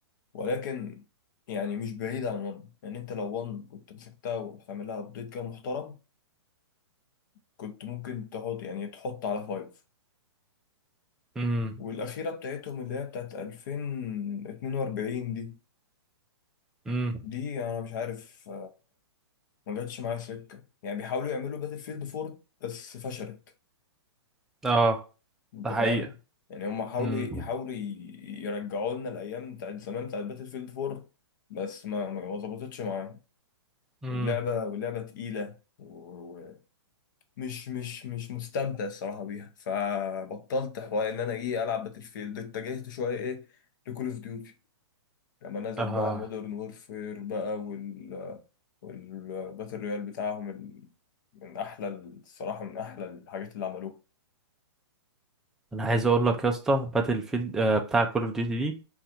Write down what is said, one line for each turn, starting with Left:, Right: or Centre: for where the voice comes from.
Left: ولكن يعني مش بعيدة عن ون يعني أنت لو ون كنت مسكتها وعامل لها أبديت كده محترم كنت ممكن تحط يعني تحط على فايف
Centre: امم
Left: والأخيرة بتاعتهم اللي هي بتاعت 2042 دي
Centre: امم
Left: دي أنا مش عارف ما جاتش معايا سكة يعني بيحاولوا يعملوا باتل فيلد 4 بس فشلت
Centre: اه
Left: انت
Centre: ده
Left: فاهم
Centre: حقيقة
Left: يعني هم حاولوا
Centre: امم
Left: يحاولوا ي- يرجعوا لنا الايام بتاعت زمان بتاعت باتل فيلد 4 بس ما ما ما ظبطتش معايا
Centre: امم
Left: واللعبة واللعبة تقيلة ومش مش مش مش مستمتع الصراحة بيها فبطلت حوار ان انا ايه العب باتل فيلد اتجهت شوية ايه لكول اوف ديوتي لما نزلت
Centre: اه
Left: بقى مودرن وورفير بقى وال والباتل رويال بتاعهم ال... من أحلى ال- الصراحة من أحلى الحاجات اللي عملوها
Centre: انا عايز اقول لك يا اسطى باتل فيلد آه، بتاع كول اوف ديوتي دي